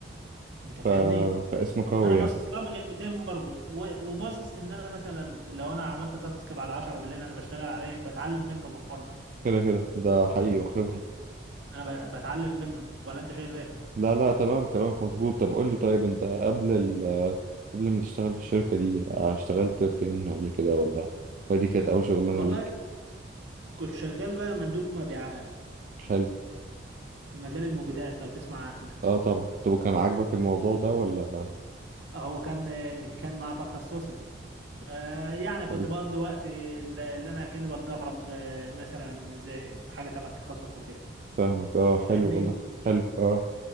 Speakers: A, on the right; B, on the right.
A: أنت فاهمني؟
B: ف... فاسمه قوي
A: أنا باصص
B: يعني
A: لها مليون 200 برضه و- وباصص إن أنا مثلا لو أنا عملت تاسك بعد 10 بالليل أنا بشتغل عليه بتعلم منه برضه
B: كده كده ده حقيقي وخبرة
A: أنا ب- بتعلم منه ولا أنت شايف إيه؟
B: لا لا تمام كلامك مظبوط طب قول لي طيب انت قبل ال... قبل ما تشتغل في الشركة دي اشتغلت فين قبل كده ولا ودي كانت أول شغلانة
A: والله
B: ليك
A: كنت شغال بقى مندوب مبيعات
B: حلو
A: في مجال المبيدات لو تسمع عنه
B: اه طبعا طب وكان عاجبك الموضوع ده ولا
A: هو كان كان مع تخصصي يعني كنت
B: حلو.
A: بقضي وقت اللي اللي انا كأني بتدرب آه، مثلا زي في حاجه تبع التخصص وكده
B: فاهمك اه حلو
A: أنت فاهمني
B: والله حلو اه